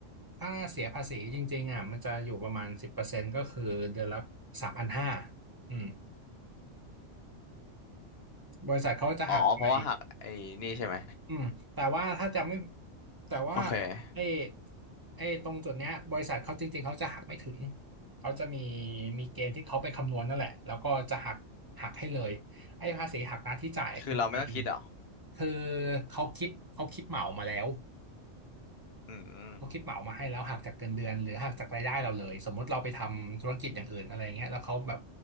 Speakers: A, on the right (about 20°); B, on the left (about 55°).
A: ถ้าเสียภาษีจริงๆอ่ะมันจะอยู่ประมาณสิบเปอร์เซ็นต์ก็คือเดือนละสามพันห้าอืมบริษัทเขาจะหักไป
B: อ๋อเพราะว่าหักไอ้นี่ใช่ไหม
A: อืมแต่ว่าถ้าจำไม่แต่ว่า
B: โอเค
A: ไอ้ไอ้ตรงจุดเนี้ยบริษัทเขาจริงๆเขาจะหักไม่ถึงเขาจะมีมีเกณฑ์ที่เขาไปคำนวณนั่นแหละแล้วก็จะหักหักให้เลยไอ้ภาษีหักหน้าที่จ่ายคือการ
B: คือเราไม่ต้องคิดเหรอ
A: คือเขาคิดเขาคิดเหมามาแล้ว
B: อืม
A: เขาคิดเหมามาให้แล้วหักจากเงินเดือนหรือหักจากรายได้เราเลยสมมติเราไปทำธุรกิจอย่างอื่นอะไรเงี้ยแล้วเขาแบบ